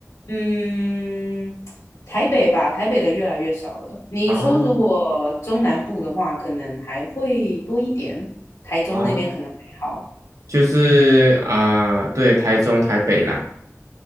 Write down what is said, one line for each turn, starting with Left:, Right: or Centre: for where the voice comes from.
Left: 嗯，台北吧，台北的越来越少了。你说如果中南部的话，
Right: 哦
Left: 可能还会多一点，台中那边可能还好。
Right: 哦，就是啊、对，台中、台北啦。